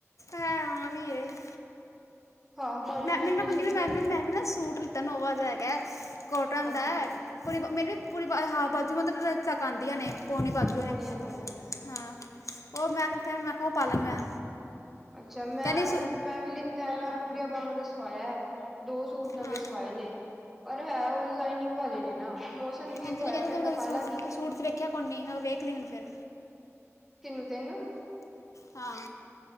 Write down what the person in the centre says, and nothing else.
ਹਾਂ ਵਾਲੀ
ਟੀ
ਸ਼ਰਟ
ਹੀ ਪਾ
ਅੱਛਾ
ਪਾਉਣੀ
ਆ ਪਾਉਣੀ ਆ
ਅੱਛਾ ਮੈਂ
ਮੈਂ ਵੀ ਲਿੱਤਾ ਐ, ਮੈਂ ਪੂਰੀਆਂ ਬਾਵਾ ਦਾ ਸਵਾਇਆ ਐ। ਦੋ ਸੂਟ ਨਵੇਂ
ਸਵਾਏ ਨੇ ਪਰ ਹੈ ਉਹ ਲਾਈਨਿੰਗ ਵਾਲੇ ਨੇ ਨਾ। ਮੌਸਮ ਠੀਕ
ਹੋਇਆ
ਫਿਰ
ਤਾਂ
ਪਾ
ਲਾਂਗੀ
ਤੈਨੂੰ ਤੈਨੂੰ